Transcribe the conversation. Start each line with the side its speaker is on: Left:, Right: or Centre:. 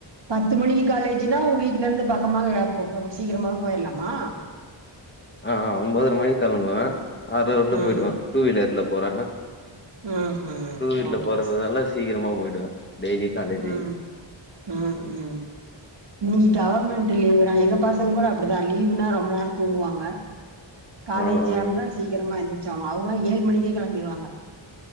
Right: பத்து மணிக்கு காலேஜ்னா ஒங்க வீட்டுல இருந்து பக்கமா போ சீக்கிரமா போயிரலாமா
Left: ஆ ஒம்பதுதரை மணிக்கு கிளம்புவே அர அவர்ல
Right: ம்
Left: போயிடுவே டூ வீலர்ல போற
Right: ம் ம்
Left: டூவீலர்ல
Right: ஓகேங்க
Left: போறதுனால சீக்கிரமா போயிடுவே டெய்லி காலேஜி
Right: ம் ம் ம் இன்னிக்கி கவர் மெண்ட் லீவ்ன்னா எங்க பசங்க கூட அப்டிதா லீவுன்னா ரொம்ப நேரோ தூங்குவாங்க காலேஜா
Left: ஆ ஆ
Right: இருந்தா சீக்கிரமா எந்திரச்சானு அவுங்களா ஏழு மணிக்கே கெளம்பிருவாங்க